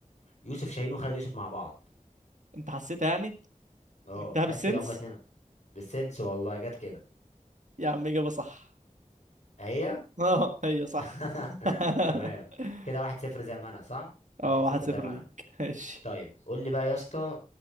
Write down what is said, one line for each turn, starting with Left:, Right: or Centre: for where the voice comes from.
Left: يوسف شاهين وخالد يوسف مع بعض
Right: انت حسيتها يعني
Left: اه
Right: جبتها
Left: حاسس
Right: بالسنس
Left: كده هما اتنين بالسنس والله جت كده
Right: يا عم اجابه صح
Left: هي
Right: <laughs> اه هي صح
Left: <laughs> تمام
Right: <laughs>
Left: كده واحد صفر زي ما انا صح
Right: اه
Left: واحد
Right: واحد
Left: صفر
Right: صفر
Left: زي ما
Right: ليك
Left: انا
Right: ماشي
Left: طيب قول لي بقى يا اسطى